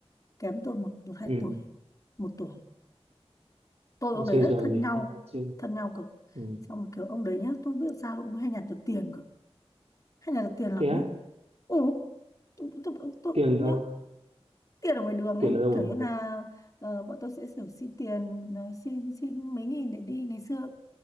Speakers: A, on the left; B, on the right.
A: kém tôi một một hai
B: ừ
A: tuổi một tuổi tôi với
B: Còn
A: ông đấy
B: chơi
A: rất
B: trò
A: thân
B: gì
A: nhau
B: ta không chơi
A: thân nhau cực
B: ừ.
A: xong rồi kiểu ông đấy nhá tôi không biết sao ông hay nhặt được tiền cơ hay nhặt được tiền lắm
B: Thế á,
A: nhá ừ tôi, tôi, tôi, tôi
B: tiền
A: nhá
B: đâu?
A: tiền ở ngoài đường
B: Tiền
A: ấy
B: ở đâu
A: kiểu
B: mà
A: như
B: nhận
A: là
B: được?
A: ờ, bọn tôi sẽ kiểu xin tiền ờ, xin xin mấy nghìn để đi ngày xưa